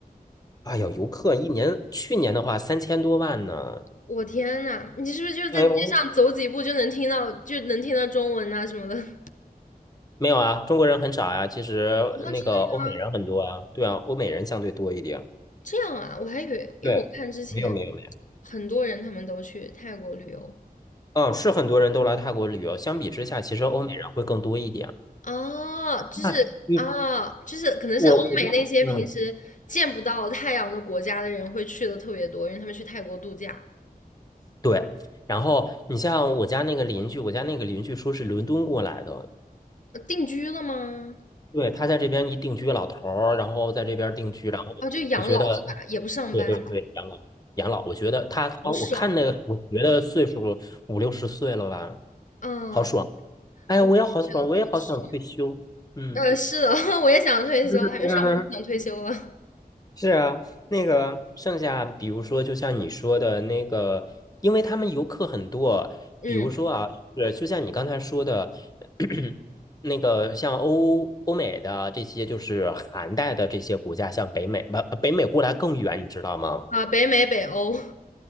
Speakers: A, on the left; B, on the left.
A: 哎呀，游客一年，去年的话三千多万呢。
B: 我天呐，你是不是就是在街上走几步就能听到，
A: 哎，我
B: 就能听到中文啊什么的？<laughs> 啊，
A: 没有啊，中国人很少呀。其实那个欧美人很多啊，
B: 真的吗？
A: 对啊，欧美人相对多一点。
B: 这样啊，我还以为，因为我看之前
A: 对，没有没有没有，
B: 很多人他们都去泰国旅游，
A: 嗯，是很多人都来泰国旅游，相比之下，其实欧美人会更多一点。
B: 哦，就是啊，
A: 那你
B: 就是可能是欧美那些平时见不到太阳的国家的人会去的特别多，
A: 我我家。嗯。
B: 因为他们去泰国度假，
A: 对，然后你像我家那个邻居，我家那个邻居说是伦敦过来的，
B: 呃定居了吗？
A: 对，他在这边一定居老头儿，然后在这边定居，然后我觉得，
B: 啊，就养老是吧？也不上班，
A: 对对对，
B: 好
A: 养老养老，我觉得他啊，我看那个，
B: 爽
A: 我觉得岁数五六十岁了吧，
B: 啊！
A: 好爽，
B: 嗯，
A: 哎呀，
B: 我也觉得好爽。
A: 我也好爽，我也好想退休，嗯。
B: 呃，是的，<laughs> 我也想退休，
A: <laughs>
B: 还没上班就想退休了。
A: 是啊，那个剩下，比如说，就像你说的那个，因为他们游客很多，
B: 嗯，
A: 比如说啊，是就像你刚才说的，<coughs> <clears throat> 那个像欧欧美的这些，就是寒带的这些国家，像北美，不，北美过来更远，你知道吗？
B: 啊，北美、北欧，嗯，